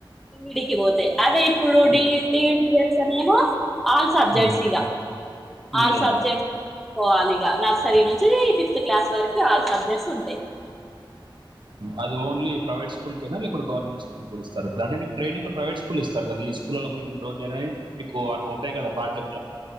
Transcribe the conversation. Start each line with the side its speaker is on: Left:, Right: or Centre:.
Centre: బిఈడి కి పోతే అదే ఇప్పుడు
Right: ఆ,
Centre: డిఈడి డిఈడి చేస్తేనేమో ఆల్ సబ్జెక్ట్స్
Right: ఆ,
Centre: ఈగా ఆల్
Right: ఏదైనా
Centre: సబ్జెక్ట్ పోవాలిగా నర్సరీ నుంచి ఫిఫ్త్ క్లాస్ వరకు ఆల్ సబ్జెక్ట్స్ ఉంటాయి
Right: అది ఓన్లీ ప్రైవేట్ స్కూల్ కేనా లేకుంటే గవర్నమెంట్ స్కూల్ ఇస్తారు ఇప్పుడు అంటే నీకు ట్రైనింగ్ లో ప్రైవేట్ స్కూల్ ఇస్తారు కదా ఈ స్కూళ్ల్లో పోయి ఇన్ని రోజులు చెయ్యలి అని మీకు అట్లా ఉంటాయి కదా ప్రాజెక్